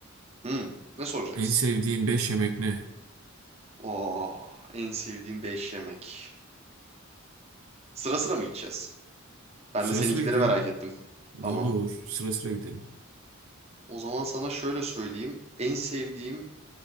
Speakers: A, on the right; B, on the right.
A: Hı. Ne soracaksın?
B: En sevdiğin 5 yemek ne?
A: Oo, en sevdiğim 5 yemek. Sıra sıra mı gideceğiz? Ben
B: Sıra
A: de seninkileri
B: sıra gidelim.
A: merak ettim.
B: Ne
A: Tamam.
B: olur, sıra sıra gidelim.
A: O zaman sana şöyle söyleyeyim. En sevdiğim